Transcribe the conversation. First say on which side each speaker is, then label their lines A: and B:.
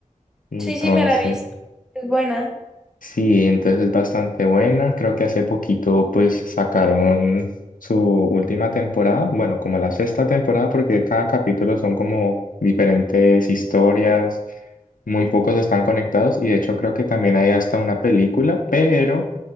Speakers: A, on the left (about 80°); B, in the centre.
A: Entonces...
B: sí, sí, me la he visto. Es buena.
A: Sí, entonces es bastante buena. Creo que hace poquito pues sacaron su última temporada, bueno, como la sexta temporada, porque cada capítulo son como diferentes historias, muy pocos están conectados y de hecho creo que también hay hasta una película, pero